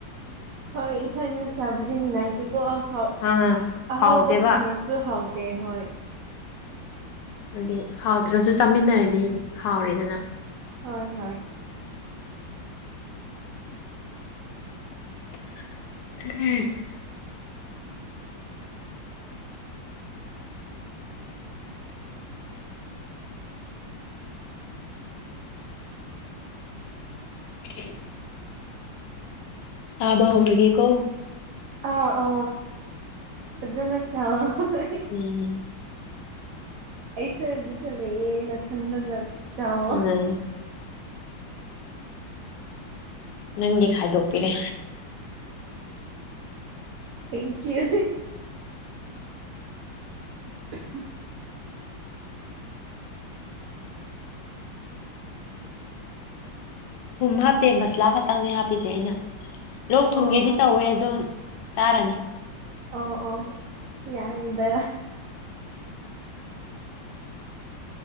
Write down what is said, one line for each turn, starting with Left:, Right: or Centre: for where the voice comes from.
Right: ꯍꯣꯏ ꯏ ꯊꯅ ꯆꯥꯕ ꯑꯗꯨꯅꯤꯡꯉꯥꯏꯇꯦꯀꯣ ꯑꯍꯥꯎ
Left: ꯑꯥ
Right: ꯑꯍꯥꯎꯕ
Left: ꯍꯥꯎꯇꯦꯕ
Right: ꯊꯨꯡꯉꯁꯨ ꯍꯥꯎꯇꯦ ꯍꯣꯏ
Left: ꯑꯗꯨꯗꯤ ꯍꯥꯎꯗ꯭ꯔꯁꯨ ꯆꯥꯃꯤꯟꯅꯔꯗꯤ ꯍꯥꯎꯔꯦꯗꯅ
Right: ꯍꯣꯏ ꯍꯣꯏ
Left: <inaudible> <inaudible> ꯇꯥꯕ ꯍꯧꯎꯔꯒꯦꯀꯣ
Right: ꯑ ꯑ ꯐꯖꯅ ꯆꯥꯑꫭ
Left: ꯎꯝ
Right: ꯑꯩ ꯁꯔꯗꯨꯗꯅꯦꯌꯦꯅ ꯈꯪꯅꯒꯅꯦ ꯆꯥꯣ
Left: ꯎꯝ ꯅꯪꯒꯤ ꯈꯥꯏꯗꯣꯛꯄꯤꯔꯦ
Right: ꯊꯦꯡꯀ꯭ꯌꯨ <inaudible>
Left: ꯊꯨꯝ ꯍꯥꯞꯇꯦ ꯃꯁꯂꯥ ꯈꯛꯇꯪꯅꯦ ꯍꯥꯞꯄꯤꯁꯦ ꯑꯩꯅ ꯂꯣꯛ ꯊꯨꯝꯒꯦꯗꯤ
Right: ꯑꯣ
Left: ꯇꯧꯋꯦ ꯑꯗꯣ ꯇꯔꯅꯤ
Right: ꯑꯣ ꯑꯣ ꯌꯥ ꯏꯗ